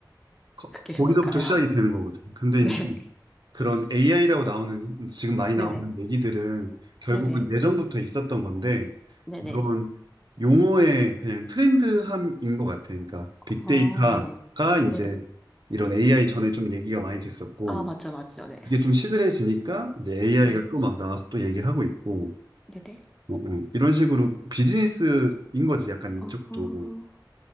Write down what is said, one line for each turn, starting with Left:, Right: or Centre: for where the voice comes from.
Right: 거-
Centre: 그게
Right: 거기서부터
Centre: 뭘까요?
Right: 시작이 되는 거거든. 근데
Centre: 네.
Right: 이제
Centre: <laughs>
Right: 그런 AI라고 나오는, 지금 많이
Centre: 네
Right: 나오는
Centre: 네.
Right: 얘기들은 결국은
Centre: 네 네.
Right: 예전부터 있었던 건데,
Centre: 네네.
Right: 이런 용어의 그냥 트렌드함인 것 같아. 그러니까 빅데이터가
Centre: 어, 네네. 네
Right: 이제
Centre: 네.
Right: 이런 AI 전에 좀 얘기가 많이 됐었고,
Centre: 아, 맞죠, 맞죠. 네.
Right: 그게 좀 시들해지니까 이제 AI가
Centre: 네.
Right: 또 막 나와서 또 얘기를 하고 있고,
Centre: 네네.
Right: 어, 어. 이런 식으로 비즈니스인 거지, 약간
Centre: 어
Right: 이쪽도.